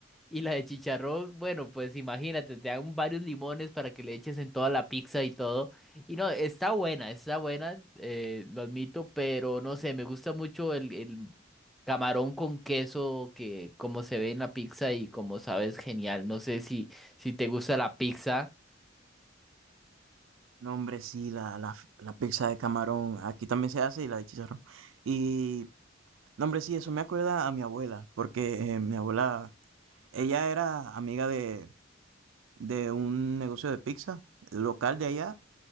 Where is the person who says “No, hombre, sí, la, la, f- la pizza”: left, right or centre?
Right